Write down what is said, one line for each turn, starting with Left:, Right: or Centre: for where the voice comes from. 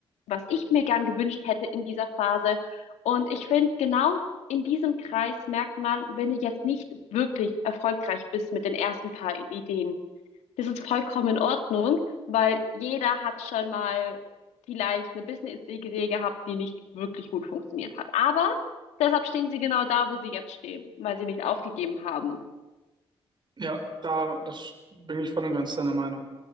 Left: was ich mir gern gewünscht hätte in dieser Phase. Und ich finde, genau in diesem Kreis merkt man, wenn du jetzt nicht wirklich erfolgreich bist mit den ersten paar Ideen, das ist vollkommen in Ordnung, weil jeder hat schon mal vielleicht eine Business-Idee gehabt, die nicht wirklich gut funktioniert hat. Aber deshalb stehen sie genau da, wo sie jetzt stehen, weil sie nicht aufgegeben haben.
Right: Ja, da das bin ich voll und ganz deiner Meinung.